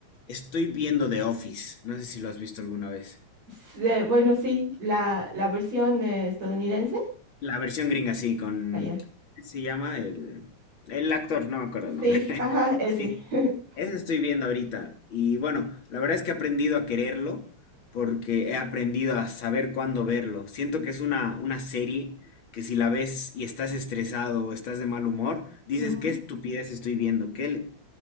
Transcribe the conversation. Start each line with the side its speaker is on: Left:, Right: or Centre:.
Left: Estoy viendo The Office. No sé si lo has visto alguna vez.
Right: Se- bueno, sí, la, la versión eh, estadounidense.
Left: La versión gringa, sí, con...
Right: Allá.
Left: ¿qué se llama? El, el actor, no me acuerdo el
Right: Sí,
Left: nombre. <laughs>
Right: ajá, ese.
Left: Sí,
Right: <laughs>
Left: eso estoy viendo ahorita. Y bueno, la verdad es que he aprendido a quererlo porque he aprendido a saber cuándo verlo. Siento que es una, una serie que si la ves y estás estresado o estás de mal humor, dices,
Right: Ujú.
Left: qué estupidez estoy viendo, qué le-